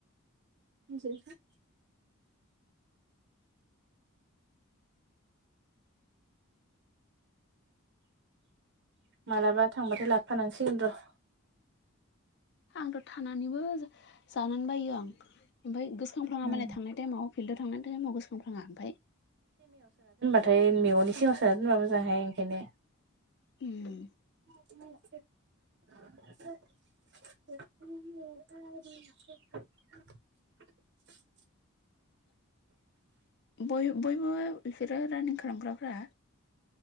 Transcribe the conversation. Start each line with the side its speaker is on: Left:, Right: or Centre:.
Right: ज <inaudible> मालाबा थांबाथाय लाबोफानांसिगोन र'
Left: आंथ' थानानैबो जानोनो बायो आं, ओमफ्राय गोसो खांफ्लांङा
Right: उम
Left: मालाय थांनाय टाइमाव । फिल्डआव थांनाय तायमाव गोसो खांप्लांङा? ओमफ्राय
Right: ओमफ्राय मैगंनि सिगाङाव सोनोनबा मोजां हाय ओंखायनो
Left: उम
Right: <unintelligible> <unintelligible>
Left: <inaudible> बय बयबो बिसोरो रानिं खालामग्राफ्रा